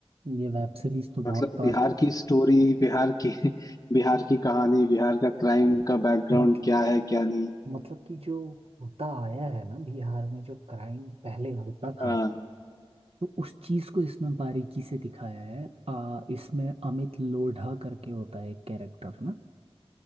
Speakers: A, on the right; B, on the left.
A: ये वेब सीरीज तो
B: मतलब
A: बहुत बार
B: बिहार की स्टोरी बिहार की <laughs> बिहार की कहानी बिहार का क्राइम का बैकग्राउंड
A: मत,
B: क्या है क्या नहीं
A: मतलब कि जो होता आया है ना बिहार में जो क्राइम पहले होता था
B: हाँ
A: तो उस चीज को इसमें बारीकी से दिखाया है आ, इसमें अमित लोढ़ा करके होता है एक कैरेक्टर ना